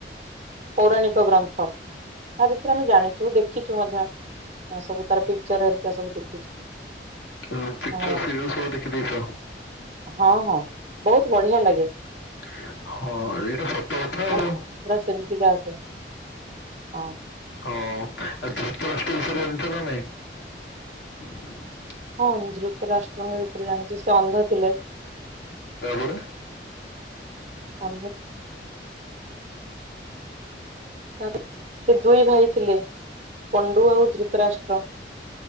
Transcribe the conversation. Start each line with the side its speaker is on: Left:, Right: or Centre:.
Right: ପୌରାଣିକ ଗ୍ରନ୍ଥ। ତା ବିଷରେ ଆମେ ଜାଣିଛୁ, ଦେଖିଛୁ ମଧ୍ୟ ସବୁ ତାର ପିକଚର୍ ହେରିକା ସବୁ ଦେଖୁଛୁ
Left: ହାଲୋ ପିକଚର୍
Right: ମହାଭାରତ
Left: ସିରିଏଲ ସବୁ ଦେଖିଦେଇଚ?
Right: ହଁ, ହଁ, ବୋହୁତ ବଢିଆ ଲାଗେ।
Left: ହଁ ଏଇଟା ସ ତଥା
Right: ମାନେ
Left: ଆଉ
Right: ପୁରା ସେମିତିକା ଆସେ ହଁ
Left: ହଁ ଆଉ ଧୁତରାଷ୍ଟ ବିଷୟରେ ଜାଣିଛ ନା ନାଇଁ ହଁ।
Right: ହଁ ଧ୍ରୁତ ରାଷ୍ଟ୍ରଙ୍କ ବିଷୟରେ ଜାଣିଛୁ, ସେ ଅନ୍ଧ ଥିଲେ।
Left: ତାପରେ
Right: ଅନ୍ଧ ତାପରେ ସେ ଦୁଇ ଭାଇ ଥିଲେ। ପଣ୍ଡୁ ଆଉ ଧୃତରାଷ୍ଟ୍ର